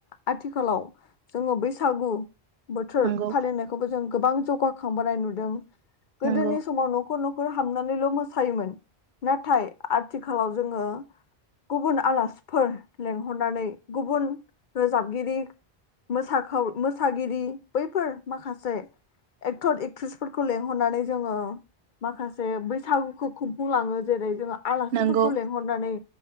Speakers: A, on the left; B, on the right.
A: आथिखालाव जोङो बैसागु बोथोर
B: नंगौ
A: फालिनायखौबो जों गोबां जौगाखांबोनाय नुदों। गोदोनि
B: नंगौ
A: समाव न'खर न हाबनानैल' मोसायोमोन नाथाय आथिखालाव जोङो गुबुन आलासिफोर लेंंहरनानै गुबुन रोजाबगिरि मोसाखाव मोसागिरि बैफोर माखासे एक्टर एक्ट्रिसफोरखौ लिंहरनानै जोङो माखासे बैसागुखौ खुंफुंलाङो। जेरै जोङो आलासिफोरखौ
B: नंगौ
A: लिंहरनानै